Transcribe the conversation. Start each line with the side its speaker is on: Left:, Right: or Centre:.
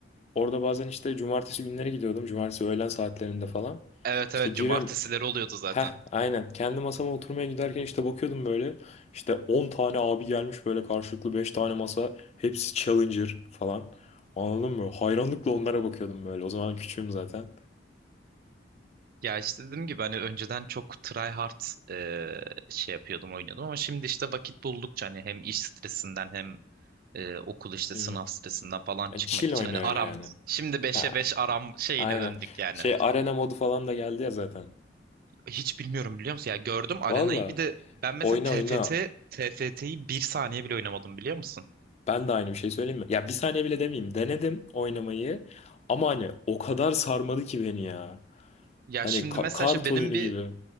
Left: Orada bazen işte cumartesi günleri gidiyordum. Cumartesi öğlen saatlerinde falan.
Right: Evet
Left: İşte
Right: evet
Left: giriyorum
Right: cumartesileri oluyordu zaten.
Left: Heh, aynen. Kendi masama oturmaya giderken işte bakıyordum böyle. İşte 10 tane abi gelmiş böyle karşılıklı 5 tane masa. Hepsi Challenger falan. Anladın mı? Hayranlıkla onlara bakıyordum böyle. O zaman küçüğüm zaten.
Right: Ya işte dediğim gibi hani önceden çok try hard e, şey yapıyordum oynuyordum ama şimdi işte vakit buldukça hani hem iş stresinden hem e, okul işte
Left: Hmm.
Right: sınav stresinden falan
Left: Yani
Right: çıkmak
Left: Chill
Right: için
Left: oynuyor
Right: hani aram
Left: yani.
Right: şimdi beşe
Left: Ha,
Right: 5 aram şeyine
Left: aynen.
Right: döndük yani.
Left: Şey arena modu falan da geldi ya zaten.
Right: Hiç bilmiyorum biliyor musun? Ya gördüm arenayı
Left: Valla
Right: bir de ben mesela
Left: oyna
Right: TFT
Left: oyna.
Right: TFT'yi bir saniye bile oynamadım biliyor musun?
Left: Ben de aynı bir şey söyleyeyim mi? Ya bir saniye bile demeyeyim. Denedim oynamayı. Ama hani o kadar sarmadı ki beni ya.
Right: Ya
Left: Hani
Right: şimdi
Left: ka-
Right: mesela
Left: kart
Right: işte benim
Left: oyunu
Right: bir
Left: gibi.